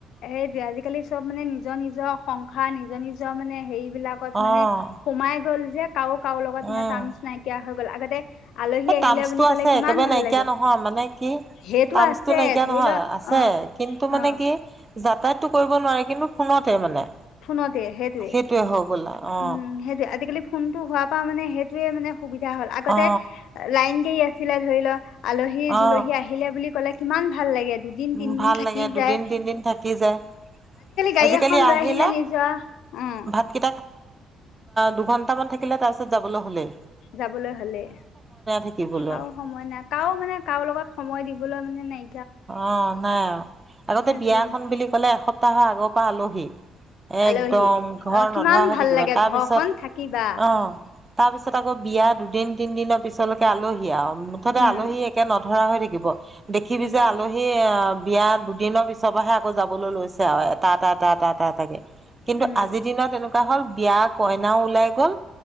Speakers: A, on the left; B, on the right.
A: সেইটয়ে আজিকালি চব মানে নিজৰ নিজৰ খা নিজৰ নিজৰ মানে হেৰি বিলাকত
B: অ',
A: মানে সোমাই গ'ল যে । কাো কাৰো লগত মানে
B: উম।
A: টানচ নাইকিয়া হৈ গল আগতে আলহী
B: এই
A: আহিলে
B: টাৰ্মচটো
A: বুলি কলে
B: আছে
A: কিমান
B: একেবাৰে
A: ভাল
B: নাইকিয়া
A: লাগে
B: নহয় মানে কি
A: সেইটো
B: টাৰ্মচটো
A: আছে
B: নাইকিয়া
A: ধৰি
B: নহয়
A: লোৱা
B: আছে
A: অ
B: কিন্তু মানে
A: অ
B: কি যাতায়াতটো কৰিব নোৱাৰি কিন্তু ফোনতে মানে
A: ফোনতে সেইটয়ে
B: সেইটোৱে হৈ গ'ল আৰু। অ
A: উম সেইটে আজিকালি ফোনটো হোৱাৰ প পৰা মানে সেইটোয়ে মানে সুবিধা হ'ল আগতে
B: অ
A: লাইন গাৰি <unintelligible> আছে চিলা ধৰি লা আলহী
B: অ
A: দুলহী আহিলে বুলি ক'লে । কিমান ভাল লাগে দুদিন
B: উ
A: তিনদিন
B: ভাল
A: থাকি
B: লাগে দুদিন
A: যায়
B: তিনদিন থাকি যায়
A: গাড়ী
B: আজিকালি
A: এখন লৈ
B: আহি
A: আহিলে নিজৰ উম
B: ভ খ দু ঘণ্টামান থাকিলে তাৰপিছত যাবলৈ হ'লে
A: যাবলৈ হ'লে
B: থাকিবলৈ
A: কাৰ সময় নাই কাৰাও মানে কাৰ লগত সময় দিব <unintelligible> মানে নাই।
B: অ নাই আগতে
A: সেইটোৱে
B: বিয়াখন বুলি কলে এসপ্তাহৰ আগৰ পৰা আলোহি । একদম
A: আলহী
B: ঘৰ
A: অ কিমান
B: নধৰা হৈ
A: ভাল
B: থাকিবা
A: লাগে
B: তাৰপিছত
A: ঘৰখন থাকিবা
B: আহ। তাৰ পিছত আকৌ বিয়া দুদিন তিন দিনৰ পিছলৈকে আলহী আৰু মুঠতে
A: উম
B: আলহী একে নধৰা হৈ থাকিব দেখি
A: উম
B: যে আলহী অ বিয়াাৰ দুদিনৰ পিছৰ পৰাহে আকৌ যাবলৈ লৈছে আৰু এটা এটা এটা এটা এটা এটাকে কিন্তু
A: উম
B: আজিৰ দিনত এনেকুৱা হল বিয় কইনাও ওলাই গ'ল